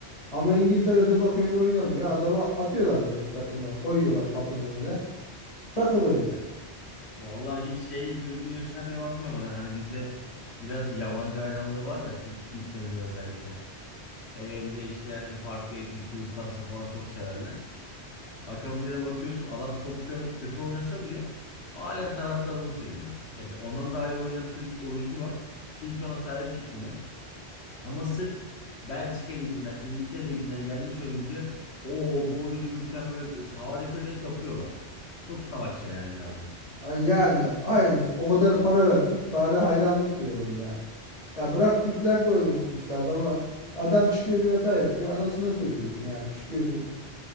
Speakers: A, on the left; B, on the left.
A: Ama İngiltere'de bakıyorsun oynamıyor. Adamı atıyorlar direkt takımdan. Koyuyorlar kapının önüne. Takıl öyle.
B: Vallahi hiç şey gözünün yaşına bile bakmıyorlar. ha. Hani bizde biraz yabancı hayranlığı var ya Türk liglerinde özellikle. Hele bir de işte yani farklı etnik gruptansa falan çok severler. Akabinde de bakıyorsun adam top kö- kötü oynasa bile halen taraftar onu seviyor. Mesela ondan daha iyi oynayan Türk oyuncu var. Kimse ona sahip çıkmıyor. Ama sırf Belçika Ligi'nden, İngiltere Ligi'nden gelmiş oyuncuya o bu oyuncu mükemmel ötesi harika diye tapıyorlar. Çok salakça yani bir davranış.
A: Ay Yani aynısı. O kadar para verdik. Bari hayranlık duyalım ya. Ya bırak Türkler de oynasın işte. Adama adam çıkıyor bir hata yapıyor. Anasına sövüyorsun yani. Çıkıyorsun